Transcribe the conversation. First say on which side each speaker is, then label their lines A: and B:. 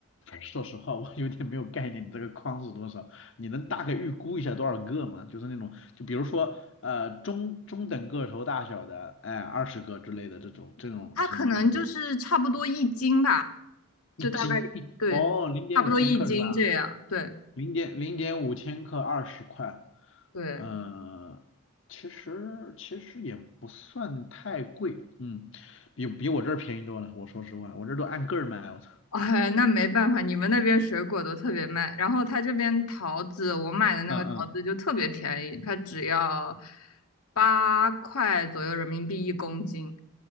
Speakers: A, on the left (about 55°); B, on the left (about 85°).
A: 说实话，我有点没有概念，你这个框是多少？你能大概预估一下多少个吗？就是那种，就比如说，呃，中中等个头大小的，哎，二十个之类的这种这种形容方法，
B: 它可能就是差不多一斤吧，
A: 一斤一哦，
B: 就大概对，
A: 零点五千克是吧？
B: 差不多一斤这样。对
A: 零点零点五千克二十块，
B: 对，
A: 呃，其实其实也不算太贵，嗯，比比我这儿便宜多了。我说实话，我这儿都按个儿卖，我操，
B: 哎，那没办法，你们那边水果都特别卖，然后它这边桃子，我买的那个桃子就特别便宜，
A: 嗯嗯
B: 它只要八块左右人民币一公斤，